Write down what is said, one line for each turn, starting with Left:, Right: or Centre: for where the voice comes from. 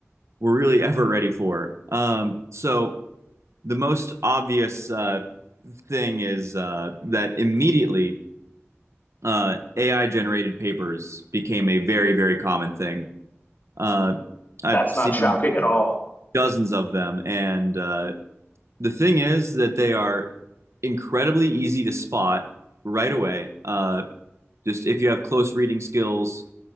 Right: were really <laughs> ever ready for. Um, so the most obvious uh, thing is uh, that immediately uh, AI generated papers became a very, very common thing. Uh, I've
Left: That's
Right: seen
Left: not shocking at all.
Right: dozens of them, and uh, The thing is that they are incredibly easy to spot right away. Uh, just if you have close reading skills,